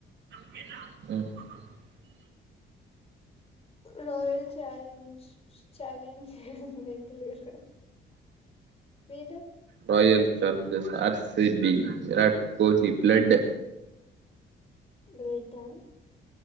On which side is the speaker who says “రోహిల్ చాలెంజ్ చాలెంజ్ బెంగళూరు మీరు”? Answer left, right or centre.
Left